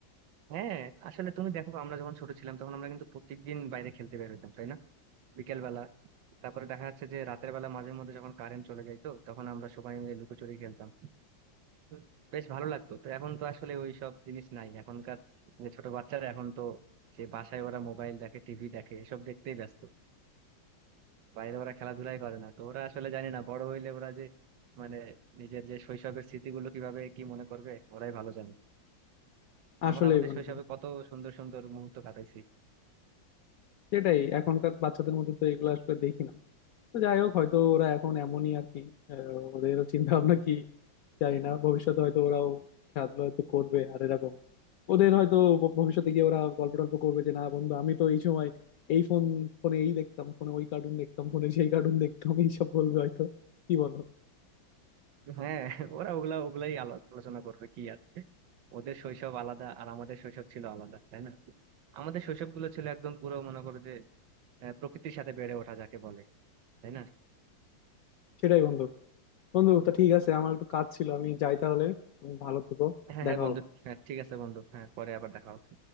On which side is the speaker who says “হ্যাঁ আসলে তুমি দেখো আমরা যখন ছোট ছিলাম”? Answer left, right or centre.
Right